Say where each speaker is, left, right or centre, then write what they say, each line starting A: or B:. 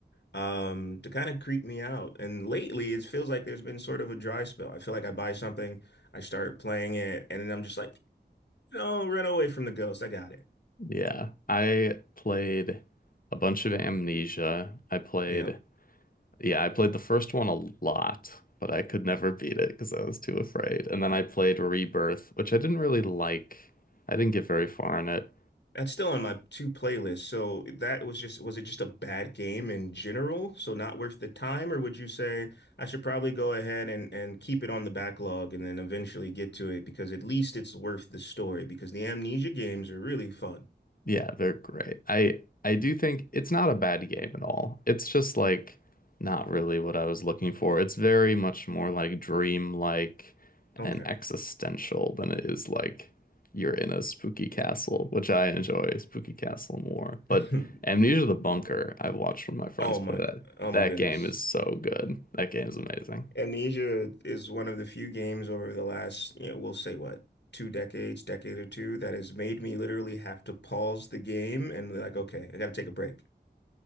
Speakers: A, on the left (about 75°); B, on the left (about 50°).
A: um to kind of creep me out. And lately, it feels like there's been sort of a dry spell. I feel like I buy something, I start playing it, and then I'm just like, no, Run Away from the Ghost. I got it.
B: Yeah. I played a bunch of Amnesia. I played,
A: Yep.
B: yeah, I played the first one a lot, but I could never beat it because I was too afraid. And then I played Rebirth, which I didn't really like. I didn't get very far in it.
A: That's still on my two playlists. So that was just, was it just a bad game in general? So not worth the time, or would you say I should probably go ahead and, and keep it on the backlog and then eventually get to it because at least it's worth the story because the Amnesia games are really fun.
B: Yeah, they're great. I I do think it's not a bad game at all. It's just like not really what I was looking for. It's very much more like dream-like
A: Okay.
B: and existential than it is like you're in a spooky castle, which I enjoy spooky castle more.
A: <laughs>
B: But Amnesia the Bunker, i watched one of my friends
A: Oh
B: play
A: my,
B: that.
A: oh
B: That
A: my goodness.
B: game is so good. That game is amazing.
A: Amnesia is one of the few games over the last, you know, we'll say what, two decades, decade or two, that has made me literally have to pause the game and be like, okay, I gotta take a break.